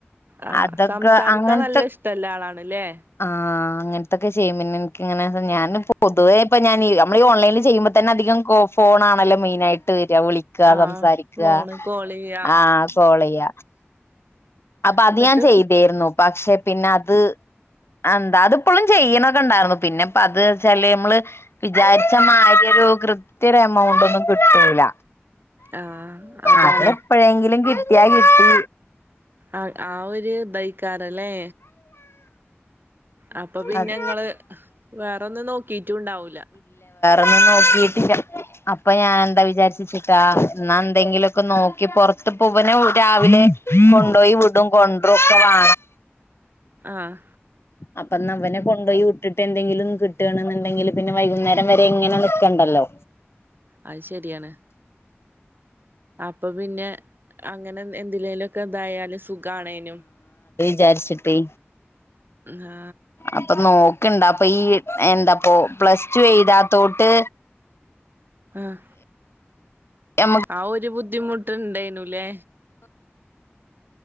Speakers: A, on the right; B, on the left.
A: ആ
B: അതൊക്കെ
A: സംസാരിക്കാൻ
B: അങ്ങനത്തെ
A: നല്ല ഇഷ്ടല്ല ആളാണ്ല്ലേ
B: ആ അങ്ങനത്തൊക്കെ ചെയ്യും പിന്നെ എനിക്കിങ്ങനെ ഞാൻ പൊതുവേ ഇപ്പ ഞാൻ നമ്മൾ ഓൺലൈനി ചെയുമ്പോ തന്നെ അതികം ഫോൺ ആണല്ലോ മെയിനായിട്ട് വിളിക്കുക
A: ആഹ്
B: സംസാരിക്കുക
A: ഫോണ് കോൾ ചെയ്യ
B: ആ കോൾ ചെയ്യ അപ്പൊ അത്
A: എന്നിട്ട്
B: ഞാൻ ചെയ്തേര്ന്നു പക്ഷെ പിന്നെ അത് എന്താ അതിപ്പോഴും ചെയ്യണ ണ്ടാർന്നു പിന്നെപ്പ അത് വെച്ചാല് നമ്മള് വിചാരി അച്ചമാതിരി ഒരു കൃത്യ ഒരു എമൗണ്ട് ഒന്നും കിട്ടൂല്ല.
A: ആ അതാണ്
B: അത് എപ്പോഴെങ്കിലും കിട്ടിയാ കിട്ടി.
A: ആഹ് ആ ഒരു ദായിക്കാരല്ലേ അപ്പൊ പിന്നെ
B: അതെ
A: ഇങ്ങള് വേറൊന്നും നോക്കിട്ടും ഇണ്ടാവൂല.
B: അന്ന് നോക്കിട്ട്ല്ല അപ്പൊ ഞാന് എന്താ വിചാരിച്ച് വെച്ചേക്കാ എന്നാ എന്തെങ്കിലൊക്കെ നോക്കി പുറത്ത് ഇപ്പ ഇവനെ രാവിലെ. ണ്ടോയിവിടും കൊൺണ്ട്രുക്കെ വാ
A: ആഹ്
B: അപ്പൊന്നാ ഇവനെ കൊണ്ടോയി വിട്ടിട്ട് എന്തെങ്കിലും കിട്ടാണ് ന്ന്ണ്ടെങ്കില് പിന്നെ വൈകുന്നേരം വരെ ഇങ്ങനെ നിക്കണ്ടല്ലോ?
A: അഹ് ശെരിയാണ് അപ്പ പിന്നെ അങ്ങനെ എന്തിലേലും ഒക്കെ തായാല് സുഖാണേനും
B: ചാര്ച്ചിട്ടേ
A: ന്നാ
B: അപ്പൊ നോക്ണ്ട് അപ്പൊ ഈ എന്താപ്പോ പ്ലസ് ടു എഴുതാ തോട്ട്
A: ആഹ്
B: നമ്മക്ക്
A: ആഹ് ഒരു ബുദ്ധിമുട്ട് ഇൺണ്ടേനുലെ